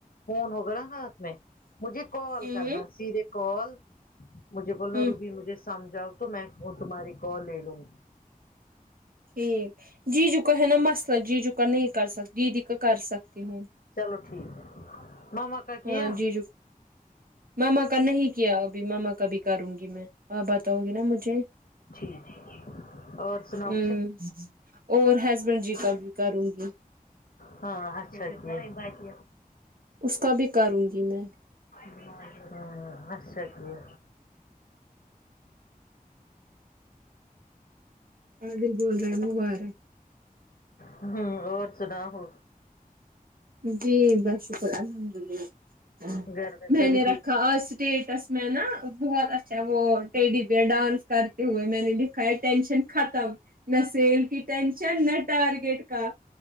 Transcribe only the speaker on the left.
فون ہوگا نا ہاں میں مجھے کال
کرنا سیدھے کال مجھے
بولنا روبی مجھے سمجھا ؤ تو میں تمہاری کال لے لوں گی
چلو ٹھیک ہے ماما کا کیا
ٹھیک اور سناؤ
ہاں اچھا ٹھیک
ہمم اچھا کیا
ہمم اور سنا ؤ
گھر
سبھی
ٹھیک